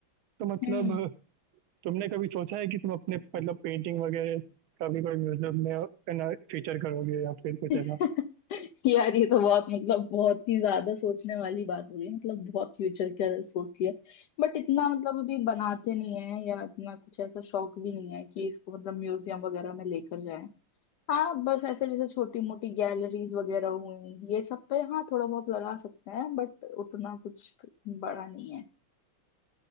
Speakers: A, on the right; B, on the left.
A: तो मतलब
B: हम्म
A: तुमने कभी सोचा है कि तुम अपने मतलब पेंटिंग वगैरह कभी कोई म्यूजियम में है ना फीचर करोगे या फिर कुछ
B: <laughs>
A: है ना
B: यार ये तो बहुत मतलब बहुत ही ज्यादा सोचने वाली बात हो गई मतलब बहुत फ्यूचर का सोच लिया बट इतना मतलब अभी बनाते नहीं है या इतना कुछ ऐसा शौक भी नहीं है कि इसको मतलब म्यूजियम वगैरह में लेकर जाए हाँ बस ऐसे जैसे छोटी मोटी गैलरीज वगैरह हुई ये सब पे हाँ थोड़ा बहुत लगा सकते हैं बट उतना कुछ बड़ा नहीं है